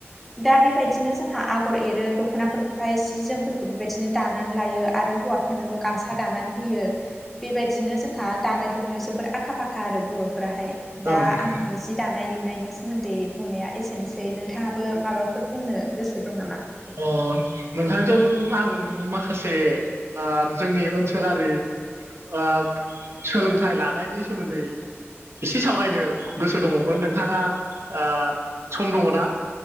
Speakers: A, in the centre; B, on the right.
A: दा बेबायदिनो जोंहा आगर एरो दख दख'नाफोरखौहाय जि जोमफोरखौ बेबायदिनो दानानै लायो आरो हौवाफोरनोबो गामसा दानानै होयो बेबायदिनो जोंहा दानाय लुनायाव जोबोर आखा फाखा आरो बर'फोराहाय दा
B: औ नोंथां
A: आंनि जि दानाय लुनायनि सोमोन्दै बुंनाया एसेनोसै नोंथाङाबो माबाफोर बुंनो गोसो दं नामा
B: अ नोंथांजों आं माखासे आ जोंनि ओनसोलारि आ सोलोंथाइ लानायनि सोमोन्दै एसे सावरायनो गोसो दङमोन नोंथाङा आ सम दङना